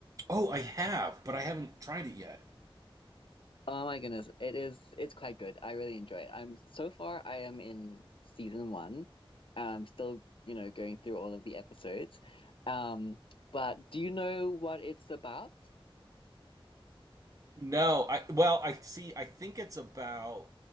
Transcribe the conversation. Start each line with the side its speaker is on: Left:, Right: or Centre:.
Right: Oh, I have, but I haven't tried it yet.
Left: Oh my goodness, it is it's quite good. I really enjoy it. I'm so far I am in season one. I'm still, you know, going through all of the episodes. Um, but do you know what it's about?
Right: No, I well, I see. I think it's about